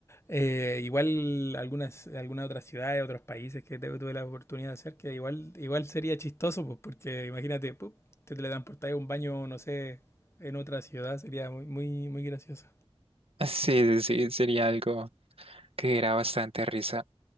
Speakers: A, on the left; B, on the right.
A: Eh, igual algunas, algunas otras ciudades, otros países que te- tuve la oportunidad de hacer, que igual, igual sería chistoso, pues porque imagínate, pup, te teletransportas a un baño, no sé, en otra ciudad, sería muy, muy, muy gracioso.
B: Sí, sí, sí, sería algo que diera bastante risa.